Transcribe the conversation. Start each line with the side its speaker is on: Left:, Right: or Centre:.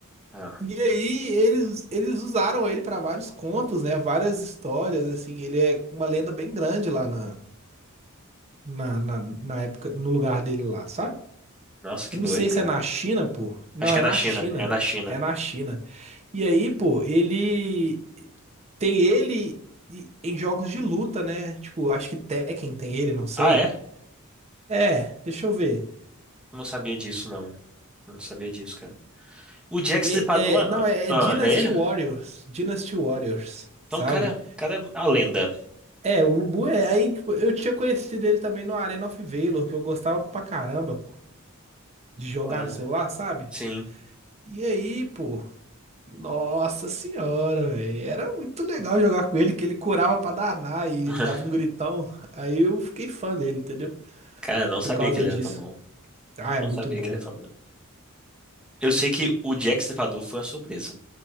Centre: Ah.
Right: E aí eles, eles usaram ele para vários contos, né? Várias histórias, assim. Ele é uma lenda bem grande lá na, na, na, na época, no lugar dele lá, sabe?
Centre: Nossa, que
Right: Eu
Centre: doido,
Right: não sei
Centre: cara.
Right: se é na China, pô. Não,
Centre: Acho que
Right: é
Centre: é na
Right: na
Centre: China,
Right: China.
Centre: é na China.
Right: É na China. E aí, pô, ele tem ele e- em jogos de luta, né? Tipo, acho que Tekken tem ele, não sei.
Centre: Ah, é?
Right: É, deixa eu ver.
Centre: Eu não sabia disso, não. Eu não sabia disso, cara. O Jack
Right: E-
Centre: Stripador,
Right: é,
Centre: ah,
Right: não, é, é Dynasty
Centre: ah, é ele?
Right: Warriors. Dynasty Warriors,
Centre: Então,
Right: sabe?
Centre: o cara, o cara, é a lenda.
Right: É, o Lubu é. Aí, tipo, eu tinha conhecido ele também no Arena of Valor, que eu gostava pra caramba, pô, de jogar
Centre: Olha,
Right: no celular, sabe?
Centre: Sim.
Right: E aí, pô, nossa senhora, velho. Era muito legal jogar com ele, que ele curava pra danar e
Centre: <laughs>
Right: ele dava um gritão. Aí eu fiquei fã dele, entendeu?
Centre: Cara, eu não
Right: Por
Centre: sabia
Right: causa
Centre: que ele
Right: disso.
Centre: era tão bom.
Right: Ah, é
Centre: Não
Right: muito
Centre: sabia
Right: bom,
Centre: que ele é
Right: pô.
Centre: famoso. Eu sei que o Jack Stripador foi uma surpresa.